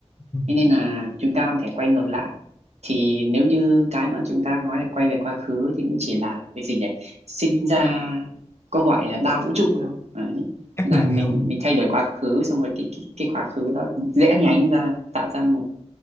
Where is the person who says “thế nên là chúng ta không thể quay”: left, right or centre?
Right